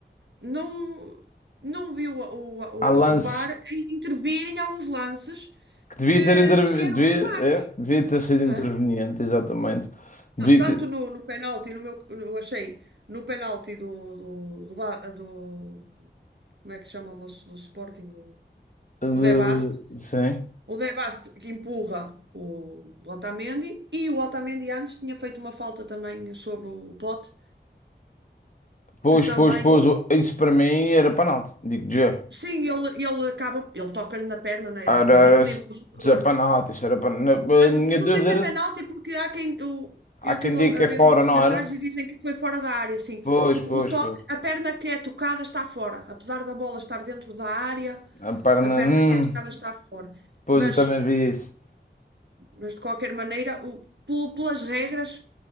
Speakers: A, on the right; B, on the left.
A: não, não viu o,
B: Há lance
A: o, o VAR a intervir em alguns lances
B: que devia
A: que,
B: ter, intervi-
A: que eram
B: devia,
A: claros,
B: é, devia ter sido
A: não
B: interveniente,
A: é?
B: exatamente. Devia
A: Não, Tanto
B: ter,
A: no, no penalti, no meu, eu achei, no penalti do, do, do, Ba- do- como é que se chama o moço do Sporting? O,
B: de-
A: o De Bast.
B: sim.
A: O De Bast que empurra o Otamendi e o Otamendi antes tinha feito uma falta também sobre o Pote,
B: Pois,
A: que também
B: pois, pois, o- isso para mim era penalti, digo já.
A: Sim, ele, ele acaba, ele toca-lhe na perna, né?
B: Era,
A: Desequilibra
B: era se-
A: o jogador.
B: dizer penalti, isso era penalti. A
A: Ah,
B: minha
A: Não
B: dúvida
A: sei se
B: era
A: é penalti,
B: se
A: porque há quem. Eu,
B: há
A: eu
B: quem
A: estive
B: diga
A: a
B: que
A: ver
B: é fora,
A: uns
B: não
A: comentários
B: era?
A: e dizem que foi fora da área, sim
B: Pois,
A: porque
B: pois,
A: o toque,
B: pois.
A: a perna que é tocada está fora, apesar da bola estar dentro da área,
B: A perna,
A: a perna
B: hum,
A: que é tocada está fora.
B: pois
A: Mas,
B: eu também vi isso.
A: mas de qualquer maneira, o- pelo- pelas regras,